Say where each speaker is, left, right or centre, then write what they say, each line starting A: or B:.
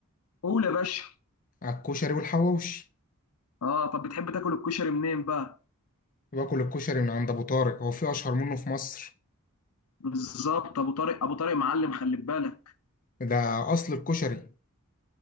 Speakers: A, on the left (about 80°); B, on the left (about 40°).
A: قول يا باشا
B: الكشري والحواوشي
A: اه طب بتحب تاكل الكشري منين بقى
B: باكل الكشري من عند ابو طارق هو في اشهر منه في مصر
A: بالظبط ابو طارق ابو طارق معلم خلي بالك
B: ده اصل الكشري